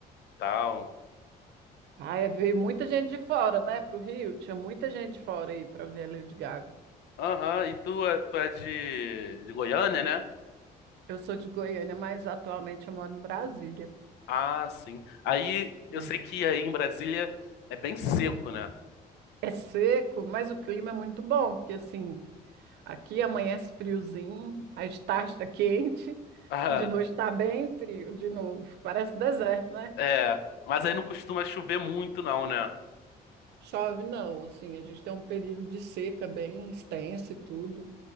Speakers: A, on the left; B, on the right.
A: Tal.
B: Ai, veio muita gente de fora, né? Pro Rio, tinha muita gente de fora aí para ver a Lady Gaga.
A: Aham, e tu é, tu é de, de Goiânia, né?
B: Eu sou de Goiânia, mas atualmente eu moro em Brasília,
A: Ah, sim. Aí
B: né?
A: eu sei que aí em Brasília é bem seco, né?
B: É seco, mas o clima é muito bom, porque assim, aqui amanhece friozinho, aí de tarde está quente,
A: Ah,
B: e de noite está bem frio de novo. Parece deserto, né?
A: é. Mas aí não costuma chover muito, não, né?
B: Chove não, assim, a gente tem um período de seca bem extenso e tudo,